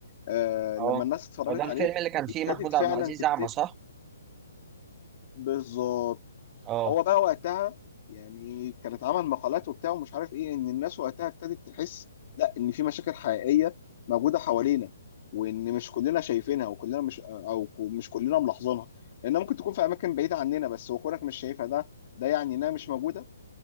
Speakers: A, on the left; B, on the right.
A: آه، لما
B: اه
A: الناس اتفرجت
B: هو ده الفيلم
A: عليه
B: اللي كان فيه
A: ابتدت
B: محمود
A: فعلا
B: عبد العزيز
A: تفتكر
B: أعمى صح؟
A: بالظبط
B: اه
A: هو بقى وقتها يعني كان اتعمل مقالات وبتاع ومش عارف ايه ان الناس وقتها ابتدت تحس لا ان في مشاكل حقيقيه موجوده حوالينا وان مش كلنا شايفينها وكلنا مش او ك- مش كلنا ملاحظينها لانها ممكن تكون في اماكن بعيده عننا بس وكونك مش شايفها ده ده يعني انها مش موجوده